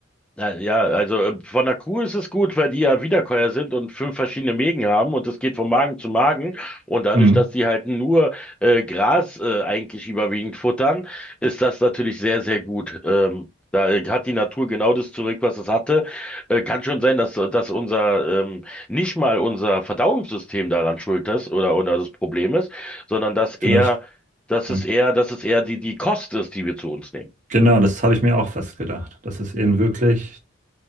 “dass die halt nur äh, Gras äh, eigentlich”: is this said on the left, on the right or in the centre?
Centre